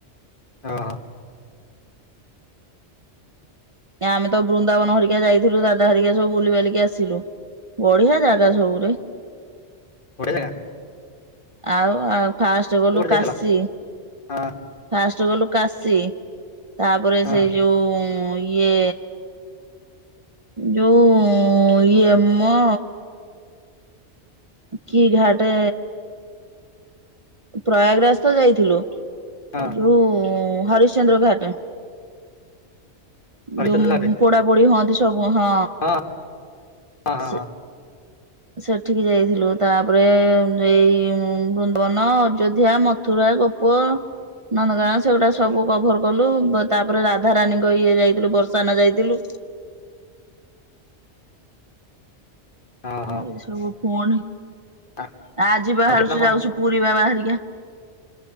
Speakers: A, on the left; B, on the right.
A: ଓହୋ।
B: ଆମେ ତ ବୃନ୍ଦାବନ ହରିକା ଯାଇଥିଲୁ ଦାଦା ହରିକା ସବୁ ବୁଲି ବାଲିକି ଆସିଲୁ। ବଢିଆ ଜାଗା ସବୁରେ।
A: ବଢ଼ିଆଜାଗା।
B: ଆଉ ଆ ଫାଷ୍ଟ ଗଲୁ କାଶୀ।
A: ଯାଇଥିଲ? ହଁ
B: ଫାଷ୍ଟ ଗଲୁ କାଶି ତାପରେ,
A: ହଁ
B: ସେଇ ଯୋଉ ଇଏ ଯୋଉ ଇଏମ କି ଘାଟେ ପ୍ରୟାଗରାଜ ତ ଯାଇଥିଲୁ।
A: ହଁ
B: ଯୋଉ ହରିଶ୍ଚନ୍ଦ୍ର ଘାଟ
A: ହରିଚନ୍ଦ୍ର
B: ଯୋଉ
A: ଘାଟ
B: ପୋଡା ପୋଡି ହୁଅନ୍ତି ଓହଁ
A: ହଁ ହଁ ହଁ
B: ସେ ସେଠିକି ଯାଇଥିଲୁ। ତାପରେ, ଏଇ ବୃନ୍ଦବନ, ଅଯୋଧ୍ୟା, ମଥୁରା ଗୋପ ନନ୍ଦଗା ସେଗୁଡା ସବୁ କଭର କଲୁ ତାପରେ ରାଧାରାଣୀଙ୍କ ଇଏ ଯାଇଥିଲୁ, ବର୍ଷାନ ଯାଇଥିଲୁ।
A: ହଁ ହଁ ହଁ।
B: ଏଇ ସବୁ ପୁଣି,
A: ଆ-
B: ଆଜି ବାହାରୁଛୁ
A: ଆଉ କେତେ ଟଙ୍କା କଣ
B: ଯାଉଛୁ ପୁରୀ ବା ବାହାରି ଆଜ୍ଞା।